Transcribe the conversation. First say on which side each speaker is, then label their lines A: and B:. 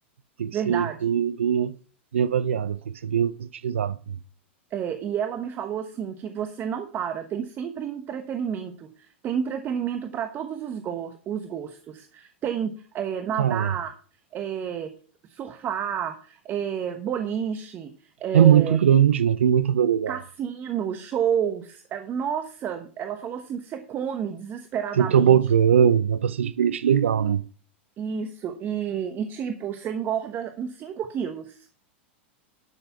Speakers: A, on the right (about 85°); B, on the right (about 30°).
A: tem que
B: verdade.
A: ser bem, bem, né, bem avaliada, tem que ser bem utilizada. também.
B: É, e ela me falou assim que você não para, tem sempre entretenimento, tem entretenimento para todos os, go- os gostos, tem é, nadar,
A: Cara,
B: é, surfar, é, boliche, é,
A: é muito grande, né? Tem muita variedade.
B: cassino, shows. É, nossa, ela falou assim que você come desesperadamente
A: Tem tobogã, dá pra se divertir legal, né?
B: isso e, e, tipo você engorda uns 5 quilos.